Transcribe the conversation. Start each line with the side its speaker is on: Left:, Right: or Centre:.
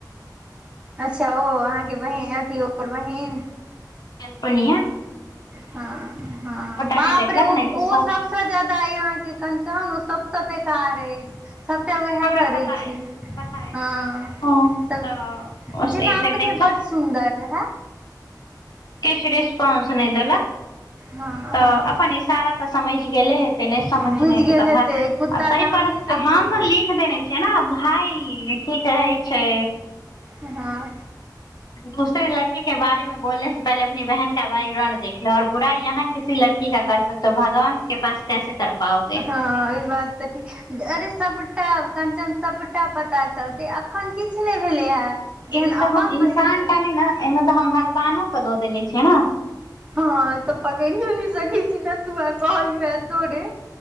Right: अच्छा ओ अहाँके बहन अथी ओर बहिन
Left: अनपनिय
Right: हँ हँ बापरे
Left: नहि देखलक
Right: ओ
Left: नहि तऽ
Right: ओ सब सबस ज्यादा अय आहााँ के कंचन सबस बेकार अछि सभटा उएह
Left: हमरा
Right: करै
Left: पता
Right: छी
Left: अछि पता
Right: हँ
Left: अछि हम
Right: सब
Left: तऽ
Right: जेना
Left: एते
Right: अपने
Left: देखलक
Right: बड सुन्दर रहै
Left: किछ रिस्पॉन्स नहि देलक
Right: हँ
Left: तऽ
Right: हँ
Left: अपन इशारा तऽ समझ गेले हेतै नहि समझ
Right: बुझि
Left: नहि हेतै
Right: गेल
Left: तऽ भाय
Right: कुत्ता
Left: आ ताहि
Right: तऽ
Left: पर
Right: हमहीसभ
Left: हम
Right: छी भऽ
Left: लिख देने छियै ने भाई की कहै छै
Right: हँ
Left: दूसरे लड़की के बारे मे बोलने से पहिले अपनी बहन का बैकग्राउंड देख लो बुराई यहाँ किसी लड़की का कर सकतौ भगवान के पास कैस कर पाओगे
Right: हँ ई बात तऽ ठीक अरे सभटा कंचन सभटा पता चलते अखन किछ नै भेलै हे जेहन
Left: इमे तऽ
Right: अपन
Left: हम
Right: बहिन
Left: इंसान
Right: के
Left: क नहि ने एहिमे तऽ हम भगवानो के दऽ देने छियै ने
Right: हँ तऽ पकड़िओ नहि सकै छी नतूआ कहलउए तोरे